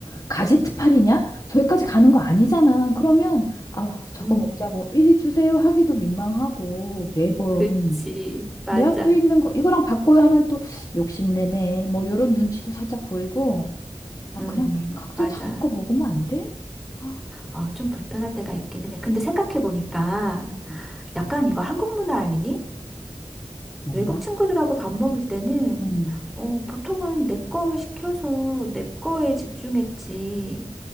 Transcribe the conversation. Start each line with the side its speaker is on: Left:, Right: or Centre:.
Left: 가지트 파리냐? 저기까지 가는 거 아니잖아. 그러면, 아우, 저거
Centre: 음,
Left: 먹자고, 이리 주세요 하기도 민망하고, 매번.
Centre: 그치, 맞아.
Left: 내 앞에 있는 거 이거랑 바꿔요 하면 또 욕심내네 뭐 요런 눈치도 살짝 보이고 아
Centre: 음,
Left: 그냥 각자
Centre: 맞아.
Left: 자기 거 먹으면 안 돼? 아
Centre: 어, 좀 불편할 때가 있긴 해. 근데 생각해보니까
Left: 음,
Centre: 약간 이거 한국 문화 아니니?
Left: 뭔가
Centre: 외국 친구들하고 밥 먹을 때는
Left: 음,
Centre: 어, 보통은 내 거 시켜서 내 거에 집중했지.